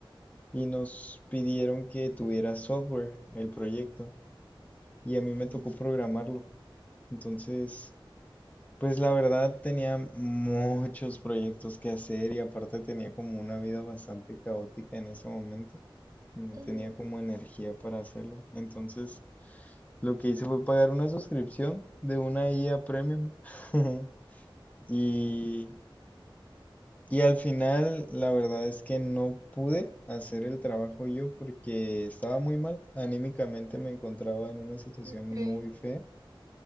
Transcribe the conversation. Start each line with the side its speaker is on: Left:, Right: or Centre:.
Left: Y nos pidieron que tuviera software el proyecto. Y a mí me
Right: Ujú,
Left: tocó programarlo. Entonces, pues la verdad tenía muchos proyectos que hacer y aparte tenía como una vida bastante caótica en ese momento. No
Right: ujú.
Left: tenía como energía para hacerlo. Entonces lo que hice fue pagar una suscripción de una IA Premium. <laughs> Y, y al final la verdad es que no pude hacer el trabajo yo porque estaba muy mal. Anímicamente me encontraba en una situación
Right: Ok, ¿en
Left: muy fea.